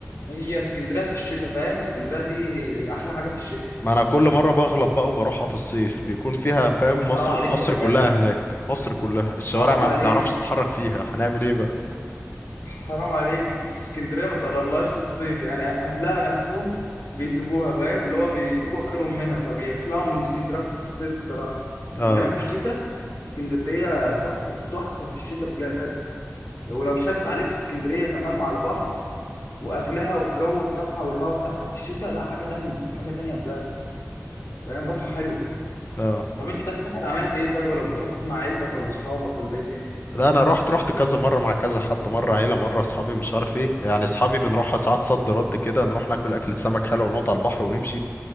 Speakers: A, on the left; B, on the left.
A: هي اسكندريه في الشتاء فاهم اسكندريه دي احلى حاجه في الشتاء
B: ما انا كل مرة بغلط بقى وبروحها في الصيف بيكون فيها فاهم
A: حرام
B: مصر
A: عليك
B: مصر
A: يا
B: كلها
A: جدع
B: هناك مصر كلها الشوارع
A: حرام
B: ما
A: عليك
B: بتعرفش تتحرك فيها هنعمل ايه بقى
A: حرام عليك اسكندريه ما تقربلهاش في الصيف يعني اهلها نفسهم بيسيبوها فاهم اللي هو بيجيبوا اخرهم منها فبيخلعوا من اسكندريه في الصيف الصراحه
B: اه
A: انما في الشتاء اسكندريه تحفه تحفه في الشتاء بجد ولو شدت عليك في اسكندريه كمان مع البحر واكلها والجو بتاعها والهواء بتاعها في الشتاء لا حاجه تانية حاجه تانية بجد فاهم روحها حلو
B: اه
A: طب انت الساحل عملت ايه طيب ولا بتروح مع عيلتك ولا اصحابك ولا ايه الدنيا
B: لا انا رحت رحت كذا مره مع كذا حد مره عيله مره اصحابي مش عارف ايه يعني اصحابي بنروحها ساعات صد رد كده نروح ناكل اكله سمك حلوه ونقعد على البحر ونمشي